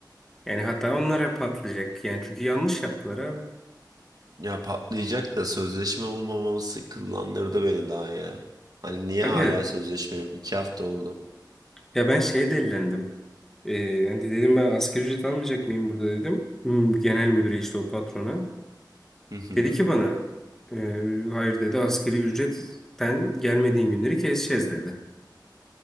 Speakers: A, in the centre; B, on the right (about 60°).
A: yani hata onlara patlayacak. Yani çünkü yanlış yaptılar abi.
B: Ya patlayacak da sözleşme olmaması kıllandırdı beni daha ya. Hani niye
A: Aga
B: hala sözleşme yok? İki hafta oldu.
A: ya ben şeye delilendim. Ee, hani dedim ben asgari ücret almayacak mıyım burada dedim. Hmm, Genel müdüre işte o patrona.
B: Hı hı.
A: Dedi ki bana "Ee, hayır dedi askeri ücretten gelmediğin günleri keseceğiz dedi.